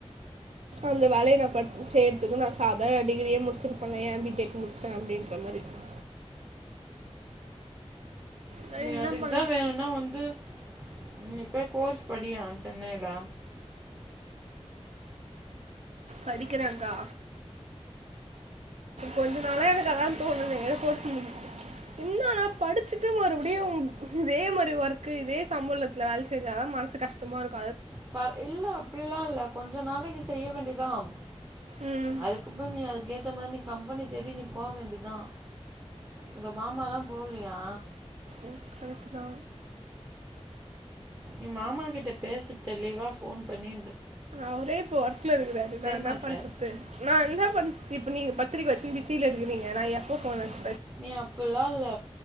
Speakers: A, on the right; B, on the right.
A: அந்த வேலைய நா படிச் செய்யறதுக்கு நா சாதா டிகிரியே முடிச்சிருபனே ஏ பி டெக் முடிச்சே அப்டின்ற மாரி இருக் நான்
B: நீ
A: என்ன
B: அதுக்குதா
A: பண்ணலாம்
B: வேணுனா வந்து ம் நீ போய் கோர்ஸ் படியா சென்னைல
A: படிக்கிறேகா கொஞ்ச நாளா எனக்கு அதா தோணுதுங்க கோர்ஸ் முடிச் என்ன ஆனா படிச்சிட்டு மறுபடியும் இதே மாரி ஒர்க்கு இதே சம்பளத்துல வேல செஞ்சாதா மனசு கஷ்டமா இருக்
B: பர் இல்ல அப்டிலா இல்ல கொஞ்ச நாளைக்கு செய்ய வேண்டிதாம்
A: ம்
B: அதுக்கப்றோ நீ அதுக்கேத்த மாரி நீ கம்பெனி தேடி நீ போ வேண்டிதா இந்த மாமாலா போவ்லயா
A: ம் கரெட்டுதா
B: எ மாமா கிட்ட பேசு தெளிவா ஃபோன் பண்ணி
A: அவரே இப்ப ஒர்க்ல இருக்கறாரு நா என்ன
B: மாட்ற
A: பண்றது நா என்ன பண் இப்ப நீங்க பத்திரிக்க வெச்சுனு பிஸில இருக்கிறிங்க நா எப்போ ஃபோன் அச்சு
B: நீ அப்பில்லா இல்ல